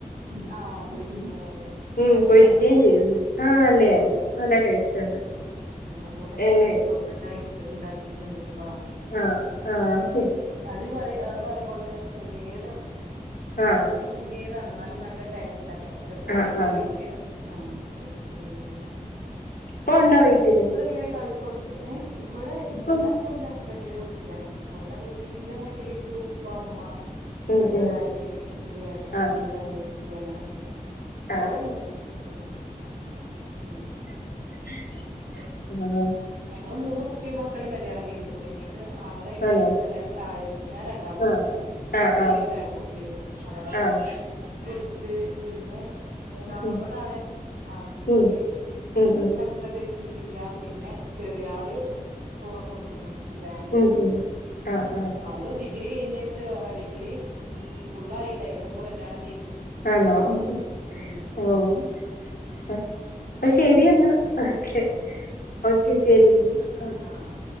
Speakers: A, on the right; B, on the left.
A: <inaudible> ആ പൊരിക്കും അതെ
B: ഉം
A: ടേസ്റ്റാ
B: പൊരിക്കുകയും
A: ട്ടോ ല്ലെ
B: ചെയ്തു
A: <inaudible>
B: ആ നല്ലയായിരുന്നു
A: ഉം
B: നല്ല ടേസ്റ്റ് ഉണ്ട്
A: ഉം അഹ്പോലെ ഇപ്പോ
B: എന്നെ
A: കയപ്പ ഇണ്ടായ് <inaudible> ഇണ്ടാക്കിട്ണ്ട് ഇപ്പ
B: ആഹ ആഹ ശരി
A: അദ് ഇവർ പറയുമ്പോൽ തന്നെ ചെര്യേതാണ്
B: ആ
A: കുഞ്ഞു കുഞ്യേതാണ് ഇന്നാലും നല്ല ടേസ്റ്റ് റ്റാട്ടോ ചെറുതായിട്ടൊരു
B: ആ ആ
A: വല്യ ആഹ കയ് പ്പ് ഇണ്ടെങ്കിലും
B: ഇപ്പ ഉണ്ടോ വീട്ടില്
A: ഇങ്ങളിങ്ങനെ കളിപ്പ് ഏ ഇവടെ
B: ഇപ്പം
A: പ്പൊ ഞ ഞാ ഇപ്പന്റെ ഹസ്ബന്റിന്റെ വീട്ടിലാണ് അവിടെ വീട്ടിൽ ട്ടിലിപ്പോ ഉപ്പ ഉമ്മ
B: ഉം
A: പിന്നെ
B: ഉം
A: ഒരു അനിയന് ഒരു ഏട്ടത്തി
B: ആ
A: ഒരു അനിയത്തി അങ്ങനെയൊക്കെ അല്ലാരും
B: ആ
A: ഉണ്ട് ഉം ഉം
B: <inaudible>
A: ഞങ്ങള് മൂന്ന് കുട്ടിയും മക്കളേം കല്യാണം കയ്ഞ്ഞു ഞ്ഞിക്ക് ആങ്ങളെണ്
B: ആണോ
A: കല്യ ന്റെ നേരെ താഴെണ് ഞാ രണ്ടാമത്തത്
B: ആ ആ
A: മൂത്ത
B: ആ
A: എനിക്ക് ഏട്ടത്തി അവളെ
B: ആ
A: കൊടുത്ത് പിന്നെ മൂന്നാമത്തതാണ്
B: ഉം
A: ആകുട്ടി
B: ഉം
A: ഒന്
B: ഉം ഉം
A: കല്യാണം കഴിച്ചിട്ടില്ല പിന്ന ചെറിയാളീം കൊ കൊടുത്തുക്കുണ് കല്യാണം കയിച്
B: ഉം
A: കൊടുത്ത
B: ഉം ആ ആ
A: അന്നും ഡിഗ്രി കഴിഞ്ഞിട്ട് ഡിഗ്രി ഉം ഫുള്ളയില്ല അയിന്റെ മുമ്പ് കല്യാണം കഴിഞ്ഞു
B: ആണോ മ്മ്ഹ്
A: ഉം
B: ആഹ്
A: ഉം
B: അ പ്പൊ ശരിയെന്ന ഓക്കെ ഓക്കെ ശരിയന്ന
A: ആഹ്